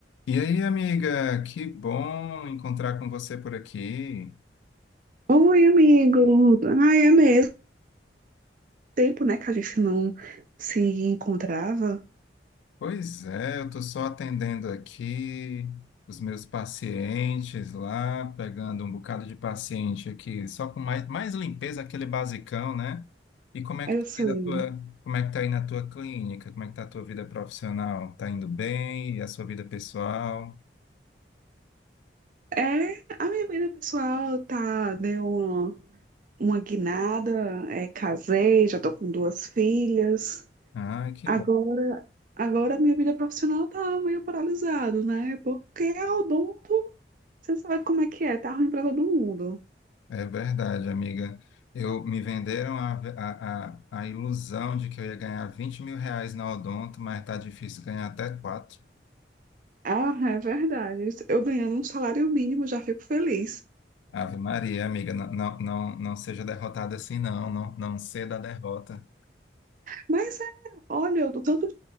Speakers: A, on the left; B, on the right.
A: E aí, amiga, que bom encontrar com você por aqui.
B: Oi, amigo. Ai, é mesmo tempo, né, que a gente não se encontrava.
A: Pois é, eu estou só atendendo aqui os meus pacientes lá, pegando um bocado de paciente aqui, só com mais, mais limpeza, aquele basicão, né? E como é
B: Eu
A: que tá
B: sei.
A: aí na tua, como é que tá aí na tua clínica? Como é que tá a tua vida profissional? Tá indo bem? E a sua vida pessoal?
B: É, a minha vida pessoal tá, deu uma, uma guinada, é, casei, já tô com duas filhas.
A: Ai, que
B: Agora, agora a minha vida profissional tá meio paralisada, né? Porque é odonto, você sabe como é que é, tá ruim pra todo mundo.
A: É verdade, amiga. Eu me venderam a, a, a, a ilusão de que eu ia ganhar 20 mil reais na Odonto, mas tá difícil ganhar até quatro.
B: Ah, é verdade. Eu ganhando um salário mínimo já fico feliz.
A: Ave Maria, amiga, não, não, não, não seja derrotada assim, não, não, não ceda a derrota.
B: Mas é, olha, o tanto